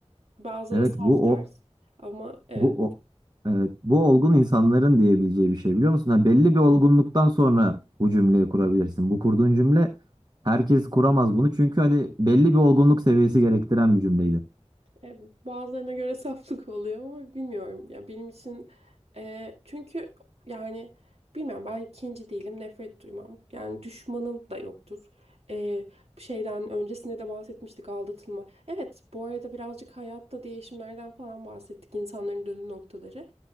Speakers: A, on the right; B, on the right.
A: Bazıları
B: Evet
A: saf
B: bu
A: ders
B: o
A: ama evet.
B: bu o evet, bu olgun insanların diyebileceği bir şey biliyor musun? Hani belli bir olgunluktan sonra bu cümleyi kurabilirsin. Bu kurduğun cümle herkes kuramaz bunu çünkü hani belli bir olgunluk seviyesi gerektiren bir cümleydi.
A: E, bazılarına göre <laughs> saflık oluyor ama bilmiyorum. Ya benim için e, çünkü yani bilmiyorum ben ikinci değilim nefret duymam. Yani düşmanım da yoktur. E, bu şeyden öncesinde de bahsetmiştik aldatılma. Evet bu arada birazcık hayatta değişimlerden falan bahsettik insanların dönüm noktaları.